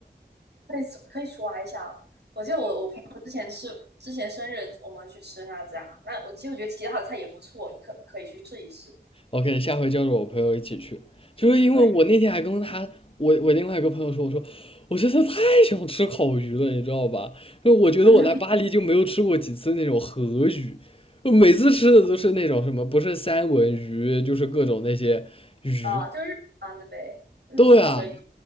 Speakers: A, on the right; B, on the left.
A: 可以可以刷一下啊。我记得我我朋友之前是之前生日，我们去吃那家，那我其实我觉得其他的菜也不错，你可可以去试一试。
B: OK，下回叫着我朋友一起去，就是因为我那天还跟他，
A: 可以，
B: 我我另外一个朋友说，我说我真的太想吃烤鱼了，你知道吧？因为我觉得我来巴黎就没有吃过几次那种河鱼，
A: <laughs>
B: 我每次吃的都是那种什么，不是三文鱼，就是各种那些鱼。
A: 啊，就是日餐的呗，日餐的鱼。
B: 对啊，